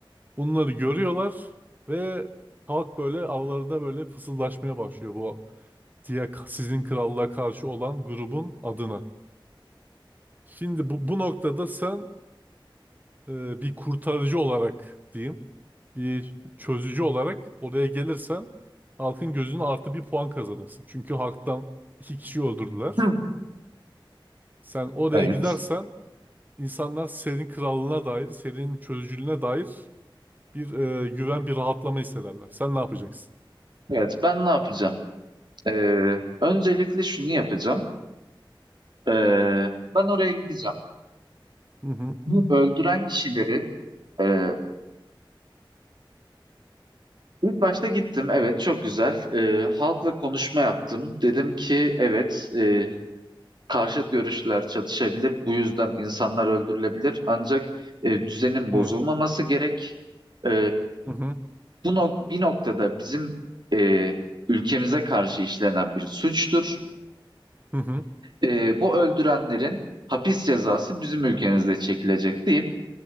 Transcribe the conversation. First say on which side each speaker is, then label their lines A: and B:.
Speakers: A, on the right (about 20°); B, on the right (about 60°).
A: Bunları görüyorlar ve halk böyle aralarında böyle fısıldaşmaya başlıyor bu diye sizin krallığa karşı olan grubun adına. Şimdi bu, bu noktada sen e, bir kurtarıcı olarak diyeyim, bir çözücü olarak oraya gelirsen halkın gözüne artı bir puan kazanırsın. Çünkü halktan iki kişi öldürdüler.
B: <clears throat> Hı.
A: Sen oraya
B: Evet.
A: gidersen insanlar senin krallığına dair, senin çözücülüğüne dair bir e, güven, bir rahatlama hissederler. Sen ne yapacaksın?
B: Evet. Ben ne yapacağım? Ee, öncelikle şunu yapacağım. Ee, ben oraya gideceğim.
A: Hı hı.
B: Bu öldüren kişileri e, ilk başta gittim. Evet, çok güzel. Ee, halkla konuşma yaptım. Dedim ki evet, e, karşıt görüşler çatışabilir. Bu yüzden insanlar öldürülebilir. Ancak e, düzenin bozulmaması
A: Hı
B: gerek. E,
A: hı.
B: Bu nok- bir noktada bizim e, ülkemize karşı işlenen bir suçtur.
A: Hı hı.
B: E, bu öldürenlerin hapis cezası bizim ülkemizde çekilecek deyip